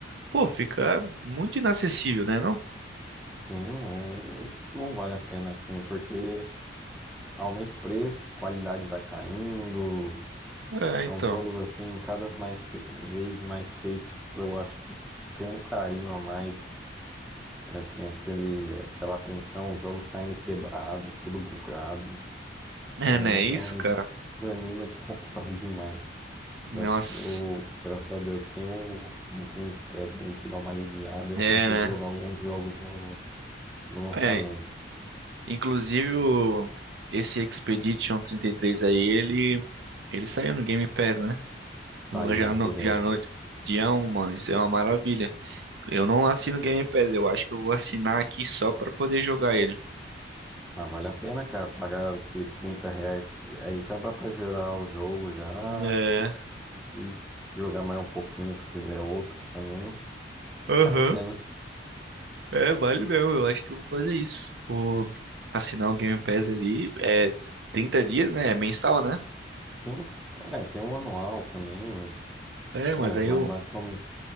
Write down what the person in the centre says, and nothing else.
Sim, é, não vale a pena, assim, porque Aumenta o preço, qualidade vai caindo.
É
uns jogos assim, cada mais fe- vez mais feitos, eu acho que sem um carinho a mais, É, assim, aquele, aquela tensão, os jogos saindo quebrados, tudo bugado.
É,
então
desanima de <laughs> comprar demais.
Graças, o, graças a Deus tem o, o Game Pass aí que dá uma aliviada, eu
consigo
jogar alguns jogos no, no lançamento.
Saiu
direto.
Mas vale a pena, cara, pagar o que? trinta reais. Aí já dá pra gerar o jogo já
e jogar mais um pouquinho se quiser outros também.
Vale a pena.
Sim, é, tem um anual também, mas
é
mais
básico é o mês.